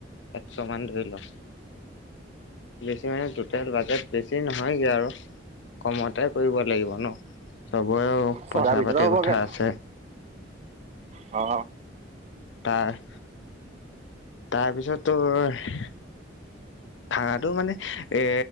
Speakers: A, on the left; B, on the right.
A: একশমান ধৰি ল। বেছি মানে টোটেল বাজেট বেছি নহয়গে আৰু। কমতে কৰিব লাগিব ন চবৰেও
B: ছটাৰ
A: পইচা
B: ভিতৰতে
A: পাতিৰ
B: হ'বগে
A: কথা আছে।
B: অ।
A: তাৰ তাৰপিছত তোৰ। ভাড়াটো টো মানে এ